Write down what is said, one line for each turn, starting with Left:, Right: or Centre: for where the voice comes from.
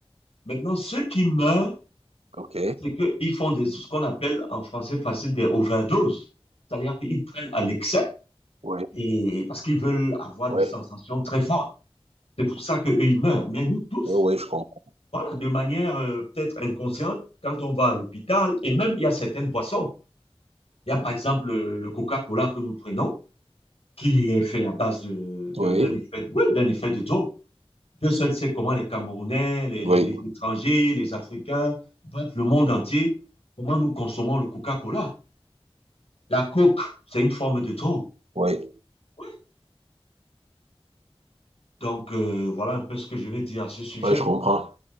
Left: Maintenant, ceux qui meurent,
Right: OK.
Left: c'est qu'ils font des, ce qu'on appelle en français facile des overdoses. C'est-à-dire qu'ils prennent à l'excès
Right: Oui,
Left: et parce qu'ils veulent avoir
Right: oui,
Left: des sensations très fortes. C'est pour ça qu'eux, ils meurent. Mais nous tous,
Right: oui, oui, je comprends.
Left: voilà, de manière euh, peut-être inconsciente, quand on va à l'hôpital, et même il y a certaines boissons. Il y a par exemple le, le Coca-Cola que nous prenons, qui est fait à base de, de-
Right: Oui,
Left: d'un effet, oui, d'un effet de taux. Dieu seul sait comment les Camerounais, les,
Right: oui,
Left: les- les étrangers, les Africains, bref, le monde entier, comment nous consommons le Coca-Cola. La coke, c'est une forme de drogue.
Right: oui,
Left: Oui. Donc, euh, voilà un peu ce que je vais dire à ce sujet.
Right: oui, je
Left: quoi.
Right: comprends.